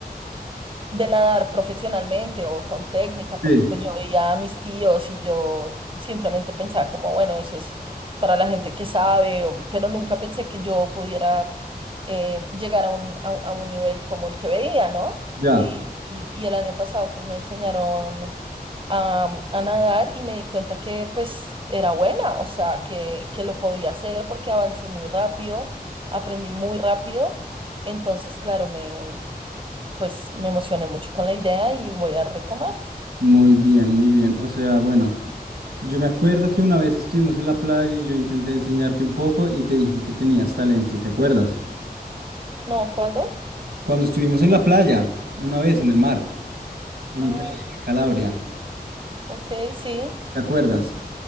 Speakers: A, on the right; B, on the right.
A: de nadar profesionalmente o con técnica,
B: ok,
A: porque pues yo veía a mis tíos y yo simplemente pensaba como, bueno, eso es para la gente que sabe, o- pero nunca pensé que yo pudiera eh, llegar a un, a, un a un nivel como el que veía, ¿no?
B: ya,
A: Y, y- y el año pasado pues me enseñaron a, a nadar y me di cuenta que pues era buena, o sea, que, que lo podía hacer porque avancé muy rápido, aprendí muy rápido, entonces claro, me pues me emocioné mucho con la idea y voy a retomar.
B: muy bien, muy bien. O sea, bueno. Yo me acuerdo que una vez estuvimos en la playa y yo intenté enseñarte un poco y te dije que tenías talento, ¿te acuerdas?
A: No, ¿cuándo?
B: Cuando estuvimos en la playa, una vez en el mar, en
A: Ah,
B: Italia, en Calabria,
A: ok, sí,
B: ¿te acuerdas?